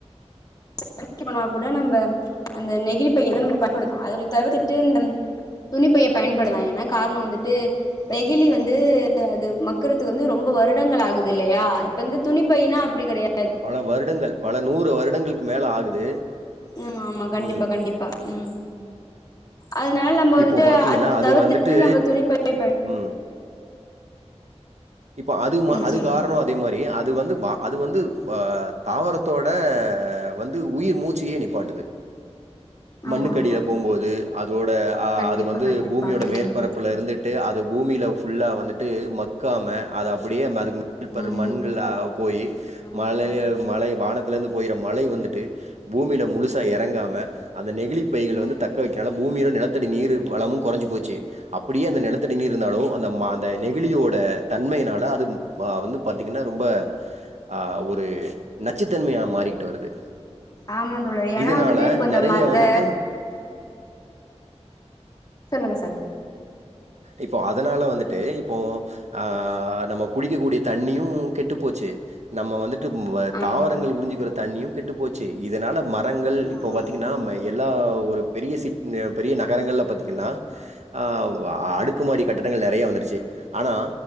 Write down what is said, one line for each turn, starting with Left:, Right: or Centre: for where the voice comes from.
Left: கடைக்கு போனா கூட நம்ப அந்த நெகிழிப் பையதா நம்ப பயன்படுத்துவோ அத தவிர்த்துட்டு இந்த துணிப்பைய பயன்படுத்தலா ஏனா கார்ணோ வந்துட்டு நெகிழி வந்து அது மக்குறதுக்கு வந்து ரொம்ப வருடங்கள் ஆகுதில்லயா இப்ப வந்து துணிப்பைனா அப்டி கெடயா
Right: பல வருடங்கள் பல நூறு வருடங்களுக்கு மேல ஆகுது
Left: ஆமா ஆமா கண்டிப்பா
Right: ம்.
Left: கண்டிப்பா ம் அதனால நம்ப வந்துட்டு
Right: இப்போ பார்த்தீங்கன்னா,
Left: அத
Right: அது
Left: தவிர்த்துட்டு
Right: வந்துட்டு
Left: நம்ப துணிப்பைய பயன்
Right: ம். இப்ப அது மா
Left: ம்
Right: அது
Left: சொல்லுங்க
Right: கார்ணோ அ தே மாரி அது வந்து வா அது வந்து வா தாவரத்தோட வந் து உயிர் மூச்சயே நிப்பாட்டுது மண்ணுக்கடில
Left: ஆமா ஆமா
Right: போம்போது இதோட ஆ
Left: கண்டிப்பா
Right: அது வந்து
Left: கண்டிப்பா
Right: பூமியோட
Left: ம்
Right: மேற்பரப்புல்ல இருந்துட்டு அது பூமில ஃபுல்லா வந்துட்டு ம க்காம அது அப்டியே அதுக்கு மேல் பர
Left: ம்
Right: மண்களா போயி
Left: ஆமா
Right: மழைல
Left: ஆமா
Right: மழை வானத்லந்து பொய்ற மழை வந்துட்டு பூமில முழுசா
Left: ம்
Right: எறங்காம அந்த நெகிழி பைகள
Left: ம்
Right: வந்து தக்க வைக்கனால கீழ நிலத்தடி நீரு வளமு கொறஞ்சு போச்சு அப்பிடியே அந்த நெலத்தடி நீீர் இருந்தாலு அந்த ம அந்த நெகிழியோட தன்மையினால அது மா வந்து பாத்தீங்கன்னா ரொம்ப ஆ ஒரு நச்சுத்தன்மையா மாறிக்கிட்டு வருது
Left: ஆமா தோழ ஏனா
Right: இதனால
Left: வந்துட்டு இப்போ இந்த
Right: நெறைய
Left: ம இந்த
Right: வந்துட்டு
Left: சொல்லுங்க சொல்லுங்க
Right: இப்போ அதனால வந்துட்டு இப்போ ஆ நம்ம குடிக்கக் கூடிய தண்ணியு கெட்டுப்போச்சு நம்ம வந்து ட்டு
Left: ஆமா
Right: தாவரங்கள் உரிஞ்சுக்கிற தண்ணியு கெட்டுப்போச்சு இதனால மரங்கள்
Left: ஆமா
Right: இப்ப
Left: ஆமா
Right: பாத்தீங்னா ம எ ல்லா ஒரு பெரிய சிட் ந பெரிய நகரங்கள்ல பாத்தீங்கன்னா ஆ ஆ அடுக்குமாடி கட்டடங்கள் நெறைய வந்துருச்சு ஆனா